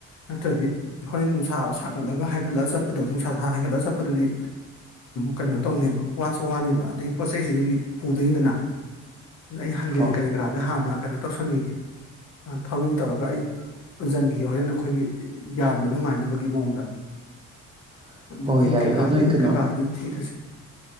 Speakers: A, on the left (about 60°); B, on the right (about 15°).
A: ꯅꯠꯇ꯭ꯔꯗꯤ ꯍꯣꯔꯦꯟ ꯅꯨꯡꯁꯥ ꯁꯥꯒꯠꯂꯒ ꯍꯥꯏꯒꯠꯂ ꯆꯠꯄꯗꯣ ꯅꯨꯡꯁꯥ ꯍꯥꯏꯒꯠꯂ ꯆꯠꯄꯗꯨꯗꯤ꯫ ꯀꯩꯅꯣ ꯇꯧꯅꯦꯕ ꯋꯥꯁꯨ ꯋꯥꯅꯦꯕ ꯑꯗꯒꯤ ꯄꯣꯠꯆꯩꯁꯤꯁꯨ ꯄꯨꯗꯣꯏꯅꯤꯗꯅ꯫ ꯑ ꯑꯩ ꯍꯪꯒꯦꯟ
B: ꯍꯣꯏ
A: ꯀꯔꯤ
B: ꯍꯣꯏ
A: ꯀꯔꯥꯁꯦ ꯍꯥꯟꯅ ꯀꯩꯅꯣ ꯇꯧꯁꯟꯈꯤꯒꯦ ꯊꯧꯔꯤ ꯇꯧꯔꯒ ꯑꯩ꯫ ꯄꯨꯟꯖꯟꯈꯤꯒꯦ ꯍꯣꯔꯦꯟ ꯑꯩꯈꯣꯏꯒꯤ ꯌꯥꯟꯕ ꯅꯨꯡꯉꯥꯏꯅꯕꯒꯤ ꯃꯑꯣꯡꯗ꯫
B: <unintelligible>
A: ꯑꯗꯨ ꯏꯟ
B: ꯌꯥꯏꯌꯦ
A: ꯀꯀꯥ
B: ꯑꯗꯨ ꯅꯣꯏ
A: ꯏꯟ
B: ꯀꯩꯅꯣ
A: ꯀꯀꯥꯗꯨꯅ ꯊꯤꯔꯁꯦ